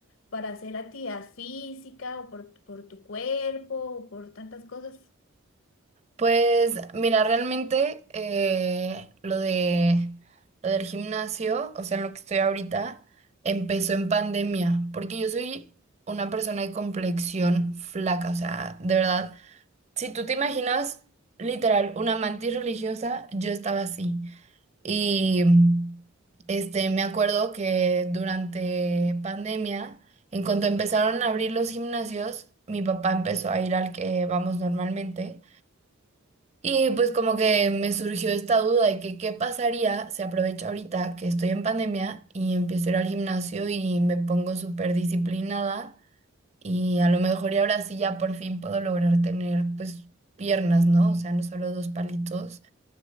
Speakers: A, on the left (about 70°); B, on the right (about 30°).
A: para hacer actividad física o por, por tu cuerpo o por tantas cosas.
B: Pues mira, realmente eh, lo de lo del gimnasio, o sea, en lo que estoy ahorita, empezó en pandemia, porque yo soy una persona de complexión flaca, o sea, de verdad, si tú te imaginas literal una mantis religiosa, yo estaba así. Y este, me acuerdo que durante pandemia, en cuanto empezaron a abrir los gimnasios, mi papá empezó a ir al que vamos normalmente. Y pues como que me surgió esta duda de que qué pasaría si aprovecho ahorita que estoy en pandemia y empiezo a ir al gimnasio y me pongo súper disciplinada y a lo mejor y ahora sí ya por fin puedo lograr tener pues piernas, ¿no? O sea, no solo dos palitos.